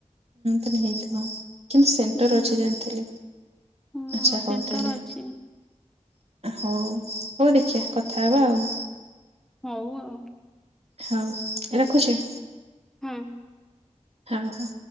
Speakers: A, on the right; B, in the centre.
A: ହୁଁ ହେଇଥିବ। କିନ୍ତୁ ସେଣ୍ଟର
B: ହୁଁ
A: ଅଛି ଜାଣିଥିଲି
B: ହୁଁ
A: ଆଚ୍ଛା ହଉ
B: ସେଣ୍ଟର
A: ତାହେଲେ।
B: ଅଛି।
A: ହଉ ହଉ ଦେଖିବା କଥା ହେବା ଆଉ।
B: ହଉ ଆଉ।
A: ହଉ ରଖୁଛି।
B: ହଁ
A: ହଁ ହଁ।